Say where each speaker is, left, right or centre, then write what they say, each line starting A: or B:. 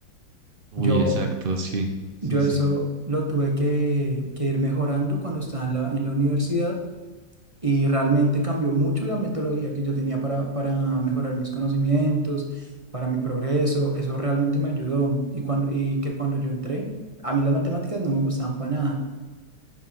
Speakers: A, on the right; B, on the right.
A: Uy,
B: Yo,
A: exacto, sí, sí,
B: yo
A: sí.
B: eso lo tuve que, que ir mejorando cuando estaba en la, en la universidad y realmente cambió mucho la metodología que yo tenía para, para mejorar mis conocimientos, para mi progreso. Eso realmente me ayudó. Y, cuando, y que cuando yo entré, a mí las matemáticas no me gustaban para nada